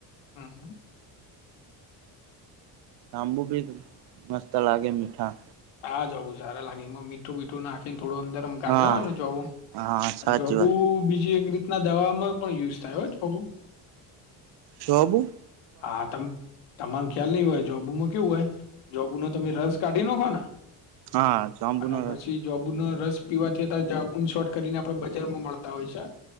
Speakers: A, on the left; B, on the right.
A: હમ.
B: શંભુ ભી મસ્ત લાગે મીઠા.
A: હા જવું સારા લાગે એમાં મીઠું બીઠું નાખીને થોડું અંદરમ ગાધા
B: હા
A: હોય ને જો.
B: હા સાચી
A: જોબુ
B: વાત
A: બીજી એક રીતના દવાવામાં પણ યુઝ થાય હોય જોબુ.
B: જાબુ.
A: હા તમ. તમાર ખ્યાલ નહી હોય જોબુમાં કેવું હોય જોબુ નો તમે રસ કાઢી નાખો ને.
B: હા જાંબુનો
A: અને પછી.
B: રસ
A: જોબુનોો રસ પીવાથી્યારે જાબુ શોર્ટ કરીને આપડ બજારમાં મળતા હોય છે.